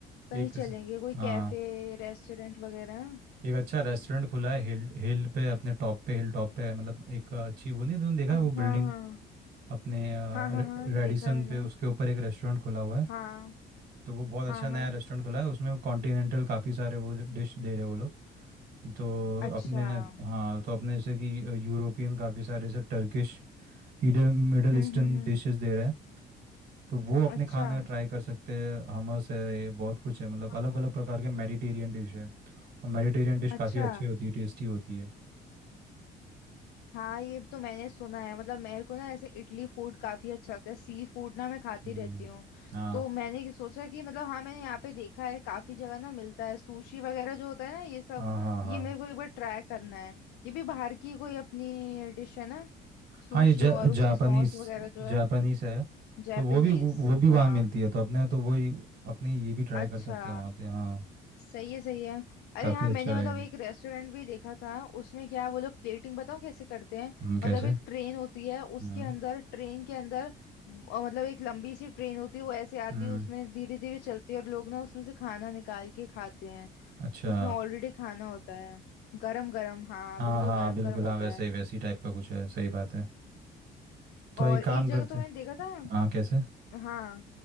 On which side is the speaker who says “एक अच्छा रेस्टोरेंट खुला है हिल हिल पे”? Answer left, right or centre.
Right